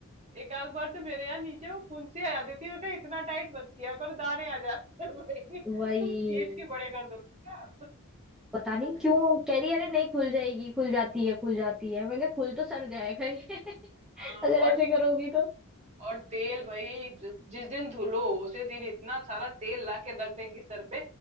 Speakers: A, on the right; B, in the centre.
A: एक आध बार तो मेरे यहाँ नीचे वो फुंसी आ जाती थी बेटा इतना टाइट मत किया करो दाने आ जाते हैं भाई तुम
B: वही
A: खींच के बड़े कर दो क्या?
B: पता नहीं क्यों
A: <laughs>
B: कह रही अरे नहीं खुल जाएगी खुल जाती है खुल जाती है मैं क्या खुल तो सड़ जाएगा ये <laughs>
A: हाँ
B: अगर ऐसे
A: और
B: करोगी तो
A: और तेल भाई ज- जिस दिन धुलो उसी दिन इतना सारा तेल ला के रख देंगी सर पे